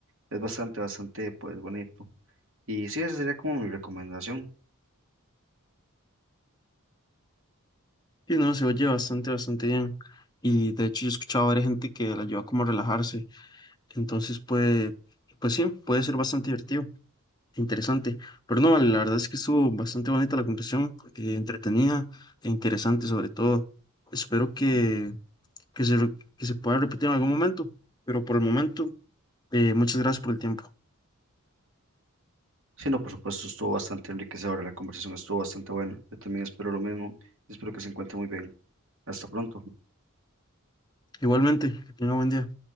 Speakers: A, on the right; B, on the left.
A: Es bastante, bastante pues bonito. Y sí, esa sería como mi recomendación.
B: Y no, se oye bastante, bastante bien. Y de hecho, yo he escuchado a varias gente que la ayuda como a relajarse Entonces puede, pues sí, puede ser bastante divertido, interesante. Pero no, la verdad es que estuvo bastante bonita la conversación, eh, entretenida e interesante sobre todo. Espero que, que se, re- que se pueda repetir en algún momento, pero por el momento, eh, muchas gracias por el tiempo.
A: Sí, no, por supuesto, estuvo bastante enriquecedora, la conversación estuvo bastante buena. Yo también espero lo mismo y espero que se encuentre muy bien. Hasta pronto.
B: Igualmente, que tenga buen día.